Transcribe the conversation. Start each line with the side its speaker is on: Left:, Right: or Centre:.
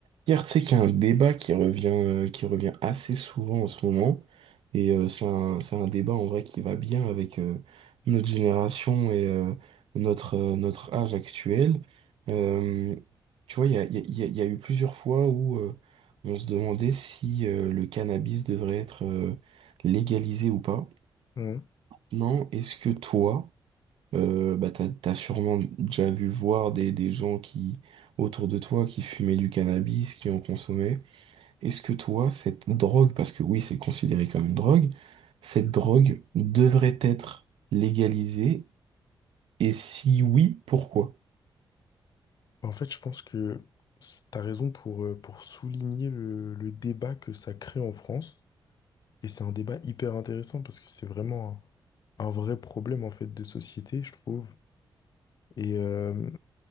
Right: Pierre, tu sais qu'il y a un débat qui revient, euh, qui revient assez souvent en ce moment, et euh, c'est un, c'est un débat en vrai qui va bien avec euh, notre génération et euh, notre, euh, notre âge actuel. Euh, tu vois, il y a, il y a- il y a- il y a eu plusieurs fois où euh, on se demandait si euh, le cannabis devrait être euh, légalisé ou pas.
Left: Mhm.
Right: Non, est-ce que toi, euh, bah, t'as, t'as sûrement déjà vu voir des, des gens qui, autour de toi qui fumaient du cannabis, qui en consommaient. Est-ce que toi, cette drogue, parce que oui, c'est considéré comme une drogue, cette drogue devrait être légalisée? Et si oui, pourquoi?
Left: En fait, je pense que c- t'as raison pour, euh, pour souligner le, le débat que ça crée en France. Et c'est un débat hyper intéressant parce que c'est vraiment un, un vrai problème en fait de société, je trouve. Et, euh,